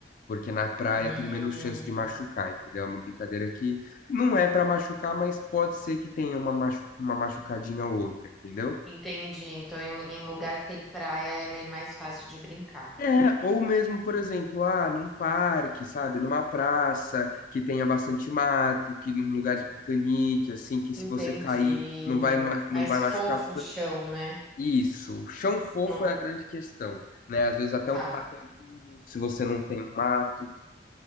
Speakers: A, on the left (about 50°); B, in the centre.
A: Porque na praia
B: Hum,
A: tem menos chance de machucar, entendeu? É uma brincadeira que não é pra machucar, mas pode ser que tenha uma, machu- uma machucadinha ou outra, entendeu?
B: entendi. Então em, em lugar que tem praia é mais fácil de brincar.
A: É, ou mesmo, por exemplo, ah, num parque, sabe? Numa praça que tenha bastante mato, que num lugar de piquenique, assim, que se
B: Entendi.
A: você cair não vai, ma-
B: Mais
A: não vai
B: fofo
A: machucar
B: o chão, né?
A: Isso, o chão fofo
B: Não,
A: é a grande questão, né? Às vezes até
B: tá.
A: um tataminho, se você não tem um mato,